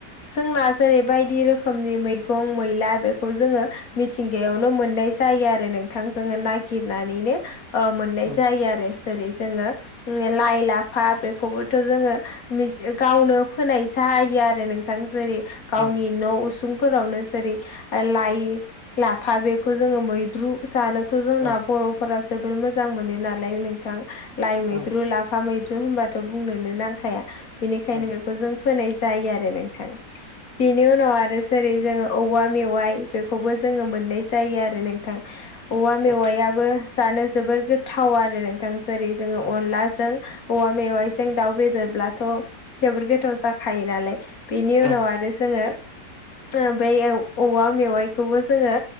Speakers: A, on the left; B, on the right.
A: जोंना जेरै बायदि रोखोमनि मैगं मैला बेखौ जोङो मिथिंगायावनो मोननाय जायो आरो नों थां जोङो नागिरनानैनो ओ मोननाय
B: औ
A: जायो आरो। जेरै जोङो उम लाय, लाफा बेखौबोथ' जोङो। मिथ गावनो फोनाय जायो आरो नोंथां। जेरै गावनि
B: औ
A: न' उसुंफोरावनो जेरै लाइ लाफा बेखौ जोङो मैद्रु जानोथ' जोंना
B: औ
A: बर'फोरा जोबोर मोजां मोनो नालाय नोंथां लाइ मैद्रु
B: औ
A: लाफ फा मैद्रु होनबाथ' बुंनोनो नांखाया। बेनिखायनो
B: औ
A: बेखौ जों फोनाय जायो आरो नोंथां बेनि उना नाव आरो जेरै जोङो औवा मेवाइ बेखौबो जोङो मोननाय जायो आरो नों थां औवा
B: औ
A: मेवाइयाबो जानो जोबोर गोथाव आरो नोंथां जेरै जोङो
B: औ
A: अनलाजों औवा मेवाइजों दाउ बेेदरब्लाथ' जोबोर गोथाव जाखायो नालाय बिनि
B: औ
A: उनाव आरो जोङो ओ बै औ औवा मेवाइखौबो जोङो